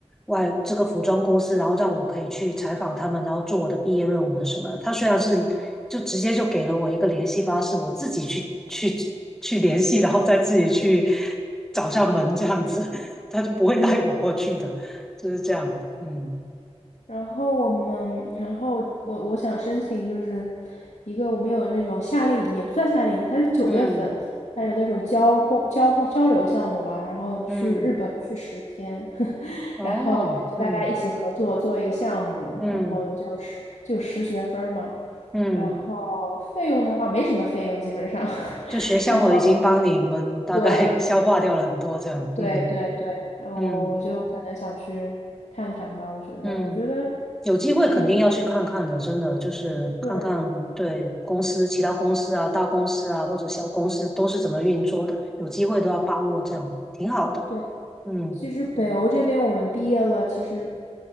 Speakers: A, in the centre; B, on the left (about 80°).
A: 外这个服装公司，然后让我可以去采访他们，然后做我的毕业论文什么的他虽然是就直接就给了我一个联系方式，我自己去去去联系，然后再自己去找上门这样子，<laughs> 他就不会带我过去的，
B: 嗯，
A: 就是这样，嗯
B: 然后我们，然后我我想申请就是一个我们有那种夏令营，也不算夏令营，它是九月份，
A: 嗯。
B: 它有那种交互交互交流项目吧，然后去日本去十天，
A: 嗯，
B: <laughs>
A: 哦，
B: 然后就大家一起合作做一个项目，
A: 嗯嗯
B: 然后就是就十学分儿嘛，
A: 嗯，
B: 然后费用的话没什么费用基本上，<laughs>
A: 就学校我已经帮你们大概
B: 然后对
A: <laughs> 消化掉了很多，这样，
B: 对对对，
A: 嗯
B: 然后我我就可能想去看看吧，
A: 嗯
B: 我觉得我觉得
A: 嗯，有机会肯定要去看看的，
B: 你。
A: 真的就是看看对公司、
B: 对，
A: 其他公司啊、大公司啊或者小公司都是怎么运作的，有机会都要把握，这样挺好的，
B: 对，
A: 嗯。
B: 其实北欧这边我们毕业了，其实